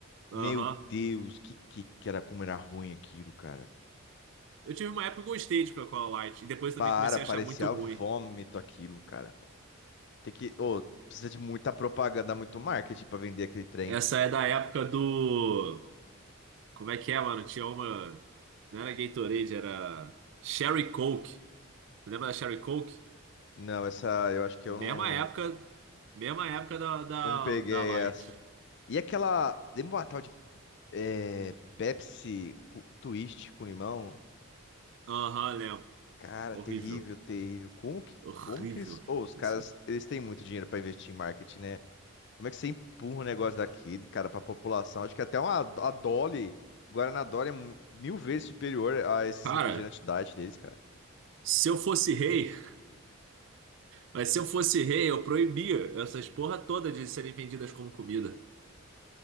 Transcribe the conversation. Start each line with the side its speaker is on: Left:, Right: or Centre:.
Left: Meu
Right: Aham.
Left: Deus, que que que era como era ruim aquilo, cara.
Right: Eu tive uma época que eu gostei de Coca-Cola Light. E depois também
Left: Para,
Right: comecei
Left: parecia
Right: a achar muito ruim.
Left: vômito aquilo, cara. Tem que, ô, precisa de muita propaganda, muito marketing pra vender aquele trem.
Right: Essa é da época do. Como é que é, mano? Tinha uma. Não era Gatorade, era Sherry Coke. Tu lembra da Sherry Coke?
Left: Não, essa, eu acho que
Right: Mesma
Left: eu não,
Right: época. Mesma época da, da,
Left: não peguei
Right: da Light.
Left: essa. E aquela. Lembra uma tal de é, Pepsi com- Twist com limão?
Right: Aham, lembro.
Left: Cara,
Right: Horrível.
Left: terrível, terrível. Como que,
Right: Horrível.
Left: como que eles. Ô, os caras,
Right: Assim.
Left: eles têm muito dinheiro pra investir em marketing, né? Como é que você empurra um negócio daquele, cara, pra população? Acho que até uma, a Dolly, Guaraná Dolly é mu- mil vezes superior a esses
Right: Cara,
Left: refrigerantes diet deles, cara.
Right: se eu fosse rei, mas se eu fosse rei, eu proibia essas porra toda de serem vendidas como comida.